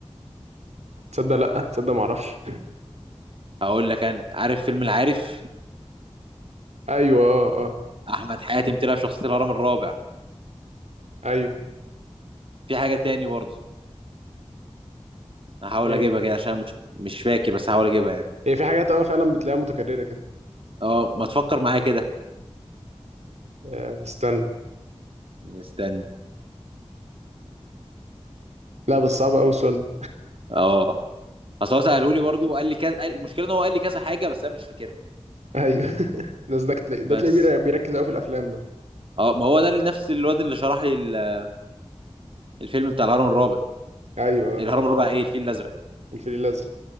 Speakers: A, on the right; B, on the right.
A: تصدق لا تصدق ما اعرفش
B: اقول لك انا عارف فيلم العارف
A: <laughs> ايوه اه اه
B: احمد حاتم طلع في شخصيه الهرم الرابع
A: ايوه
B: في حاجه تاني برضه هحاول
A: ايه
B: اجيبها كده عشان مش مش فاكر بس هحاول اجيبها يعني
A: هي في حاجات اه فعلا بتلاقيها متكرره كده
B: اه ما تفكر معايا كده
A: آه استنى
B: استنى
A: لا بس صعب قوي السؤال ده
B: اه اصل هو ساله لي برضه وقال لي كذا قال- المشكله ان هو قال لي كذا حاجه بس انا مش فاكرها
A: ايوه <laughs> ده ده تلاقي- ده
B: بس
A: تلاقيه بيركز قوي في الافلام ده
B: اه ما هو ده اللي- نفس الواد اللي شرح لي ال- الفيلم بتاع الهرم الرابع
A: ايوه
B: الهرم
A: آه،
B: الرابع ايه الفيل الازرق
A: الفيل الازرق